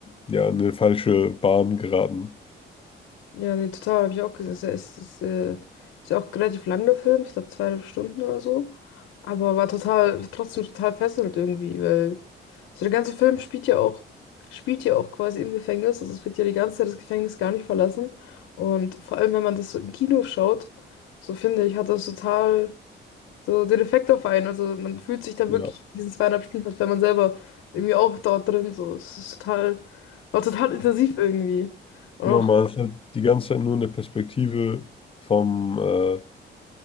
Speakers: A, on the left; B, on the left.
A: ja in eine falsche Bahn geraten.
B: ja, nee, total, habe ich auch gesehen. Ist ja, ist, ist, äh, ist ja auch relativ lang, der Film. Ich glaube, zweieinhalb Stunden oder so. Aber war total, trotzdem total fesselnd irgendwie, weil. Also der ganze Film spielt ja auch, spielt ja auch quasi im Gefängnis. Also es wird ja die ganze Zeit das Gefängnis gar nicht verlassen. Und vor allem, wenn man das so im Kino schaut, so finde ich, hat das total so den Effekt auf einen. Also man fühlt sich dann
A: Ja,
B: wirklich in diesen zweieinhalb Stunden, als wäre man selber irgendwie auch dort drin. So, es ist total, war total intensiv irgendwie. Und
A: genau, man ist halt die ganze Zeit nur in der Perspektive vom, äh,